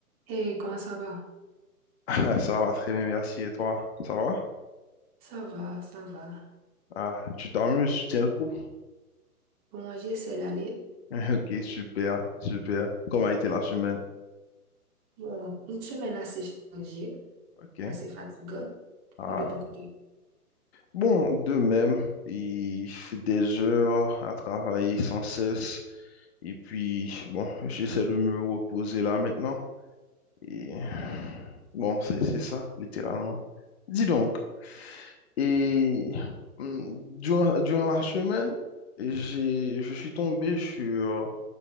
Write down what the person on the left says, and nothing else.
<laughs> Ah, Ça va très bien, merci. Et toi, ça va?
Ah, tu t'amuses, tu tiens le coup.
<laughs> Ok, super, super. Comment a été la semaine?
Ok.
Ah.
Bon, de même, il fait des heures à travailler sans cesse. Et puis, bon, j'essaie de me reposer là maintenant. Et bon, c'est c'est ça, littéralement. Dis donc, et hum, durant, durant la semaine, j'ai, je suis tombé sur